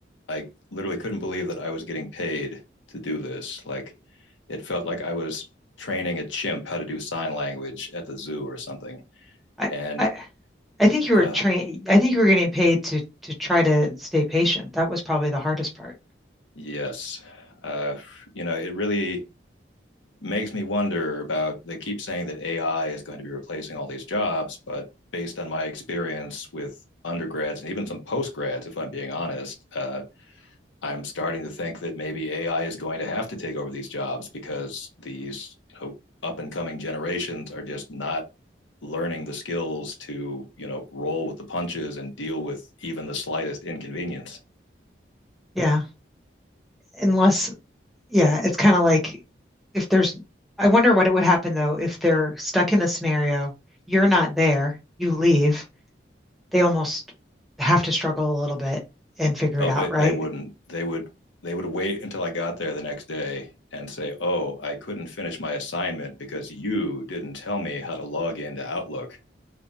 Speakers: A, on the left; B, in the centre.
A: I literally couldn't believe that I was getting paid to do this. Like it felt like I was training a chimp how to do sign language at the zoo or something.
B: I
A: And
B: I, I think you
A: uh,
B: were trained. I think you were getting paid to to try to stay patient. That was probably the hardest part.
A: yes, uh, you know, it really makes me wonder about. They keep saying that AI is going to be replacing all these jobs, but based on my experience with undergrads and even some postgrads, if I'm being honest, uh, I'm starting to think that maybe AI is going to have to take over these jobs because these you know, up and coming generations are just not learning the skills to you know roll with the punches and deal with even the slightest inconvenience.
B: Yeah, unless Yeah, it's kind of like if there's, I wonder what it would happen though if they're stuck in a scenario, you're not there, you leave, they almost have to struggle a little bit and figure
A: Oh,
B: it out,
A: they
B: right?
A: they wouldn't. They would they would wait until I got there the next day and say, "Oh, I couldn't finish my assignment because you didn't tell me how to log into Outlook."